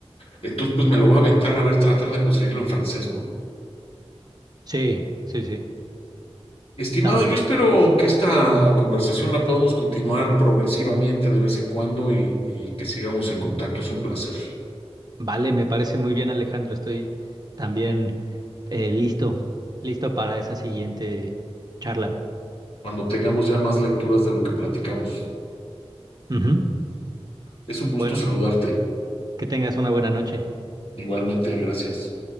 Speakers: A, on the left; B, on the right.
A: Entonces, pues me lo voy a aventar a ver, tratar de conseguirlo en francés, ¿no?
B: sí, sí, sí.
A: Estimado,
B: Está muy
A: yo
B: bien.
A: espero que esta conversación la podamos continuar progresivamente de vez en cuando y, y que sigamos en contacto. Es un placer.
B: Vale, me parece muy bien, Alejandro. Estoy también eh, listo, listo para esa siguiente charla.
A: Cuando tengamos ya más lecturas de lo que platicamos.
B: Ujú.
A: Es un gusto
B: Bueno,
A: saludarte.
B: que tengas una buena noche.
A: Igualmente, gracias.